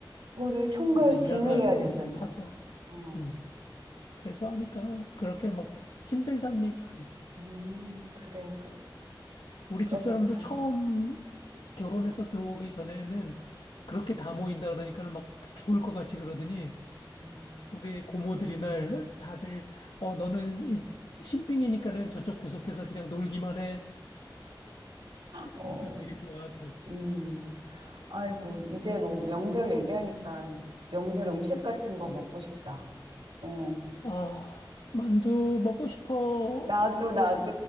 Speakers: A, on the right; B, on the left.
A: 그거를 총괄
B: 그래서 일하는
A: 지휘해야
B: 아주머님들
A: 되잖아.
B: 사서
A: 어,
B: 음. 그래서 하니까 그렇게 막 힘들다는 얘기를 안 해.
A: 음, 그래, 그,
B: 우리
A: 그렇겠다.
B: 집사람도 처음 결혼해서 들어오기 전에는 그렇게 다 모인다 그러니까는 막 죽을 것 같이 그러더니
A: 음.
B: 우리 고모들이 날 다들 어 너는 인- 신빙이니까는 저쪽 구석에서 그냥 놀기만 해.
A: 어,
B: 그러니까 되게 좋아하더라고.
A: 음. 아이고, 이제 뭐 명절 얘기하니까 명절 음식 같은 거 먹고 싶다. 어.
B: 아, 만두 먹고 싶어.
A: 나도, 나도.